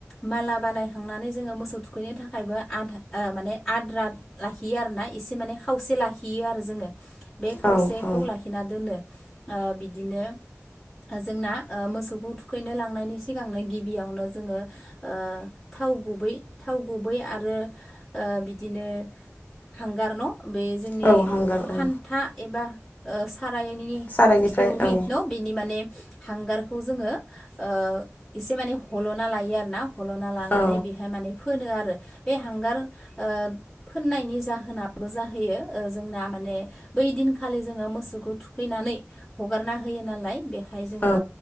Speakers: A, in the centre; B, on the left (about 35°).
A: माला बानाय। खांनानै जोङो मोसौ थुखैनो थाखायबो आधा ओ माने आद्रा लाखियो आरोना एसे माने खावसे। लाखियो आरो जोङो बे खावसेखौ
B: औ औ
A: लाखि नो ओ‌ बिदिनो ओ जोंना ओ मोसौखौ थुखैनो लांनायनि सिगांनो गिबियावनो जोङो ओ थाव गुबै थाव गुबै आरो ओ बिदिनो हांगार न' बे जोंनि
B: औ हांगार
A: खान्था
B: औ
A: एबा ओ सा रायनि
B: सारायनिफ्राय
A: खिथौनि
B: औ
A: न' बेनि माने हांगारखौ जोङो ओ एसे माने हल'ना लायो आरो ना हल'ना लानानै
B: औ
A: बेहाय माने फोनो आरो। बे हांगार ओ फोननायनि जाहोनाबो जाहैयो ओ जोंना माने बै दिन खालि जोङो मो मोसौखौ थुखैनानै हगारना होयो नालाय बेहाय जोङो
B: औ